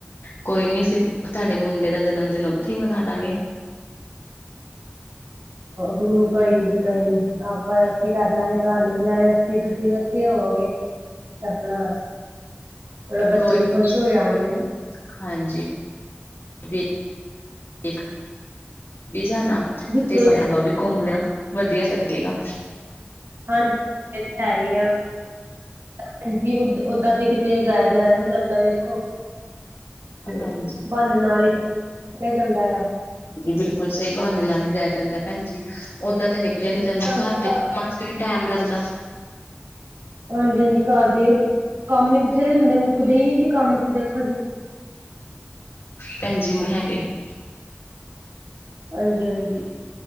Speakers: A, on the left; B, on the right.
A: ਕੋਈ ਨੀ ਅਸੀਂ ਤੁਹਾਡੇ ਮੁੰਡੇ ਦਾ ਜਨਮ ਦਿਨ ਉੱਥੇ ਹੀ ਮਨਾ ਲਾਂਗੇ
B: ਹੋ ਕੋਈ ਨੀ ਜੀ ਕੋਈ ਨੀ ਆਪਾਂ ਉੱਥੇ ਕਰ ਲਾਂਗੇ ਤੁਹਾਨੂੰ ਵੀ ਨਾਲੇ ਉੱਥੇ ਤੁਸੀਂ ਵੀ ਉੱਥੇ ਹੋਵੋਗੇ
A: <inaudible>
B: ਤੇ ਆਪਣਾ ਥੋੜਾ ਬੱਚੇ
A: ਕੋਈ
B: ਵੀ ਖੁਸ਼ ਹੋ ਜਾਣਗੇ
A: ਨੀ, ਹਾਂਜੀ ਵੇਖ ਵੇਖ ਬੇਜਾਨ
B: ਬੱਚੇ
A: <unintelligible> ਘੁੰਮਿਆ ਲਾ ਵਧੀਆ ਲੱਗੇਗਾ
B: ਹੜ ਇੱਕ ਤਾਂ ਹੈ ਹੀ ਭੈਣ ਜੀ ਉਦਾਂ ਤੇ ਕਿਤੇ ਜਾਇਆ ਜਾਇਆ ਨੀ ਜਾਂਦਾ ਵੇਖੋ ਤੇ
A: ਹਾਂਜੀ
B: ਬਾਨੇ ਨਾਲ ਈ ਜਾਇਆ ਜਾਂਦਾ ਆ।
A: ਜੀ ਬਿਲਕੁਲ ਸਈ ਬਹਾਨੇ ਨਾਲ ਈ ਜਾਇਆ ਜਾਂਦਾ ਭੈਣਜੀ ਓਦਾਂ ਤੇ ਨਿਕਲ <unintelligible> ਨੀ
B: ਤੁਹਾਨੂੰ
A: ਜਾਂਦਾ ਘਰ
B: ਪਤਾ
A: ਦੇ ਕੰਮਾਂ ਚ ਵੀ ਟੈਮ ਲੱਗਦਾ।
B: ਹਾਂਜੀ, ਹਾਂਜੀ ਘਰ ਦੇ ਕੰਮ ਈ ਬਥੇਰੇ ਹੁੰਦੇ ਮੁੱਕਦੇ ਈ ਨੀ ਜੀ ਕੰਮ ਤੇ ਦੇਖੋ ਜੀ।
A: ਭੈਣ ਜੀ ਹੈਗੇ <unintelligible>
B: ਹਾਂਜੀ, ਹਾਂਜੀ